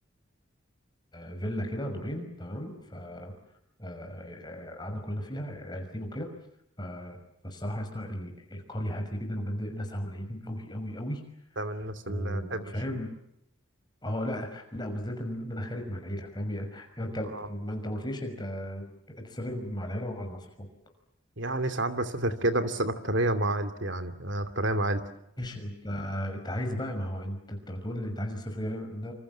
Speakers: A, on the left; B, on the right.
A: آه، فيلا كده دورين تمام ف آه، آه، قعدنا كلنا فيها عيلتين وكده ف... فالصراحه يا اسطى ال- القريه هاديه جدا وبجد ناسها قليلين قوي قوي قوي
B: ده من الناس
A: وفاهم
B: اللي بتحبش ال...
A: اه لا لا وبالذات ان إن انا خارج مع العيله فاهم يعني يعني انت
B: اه
A: ما انت ما قلتليش انت انت سافر مع العيله ولا مع صحابك
B: يعني ساعات بسافر كده بس الاكتريه مع عيلتي يعني انا الاكتريه مع عيلتي
A: ماشي انت انت عايز بقى ما هو انت انت بتقول لي انت عايز السفر ده ده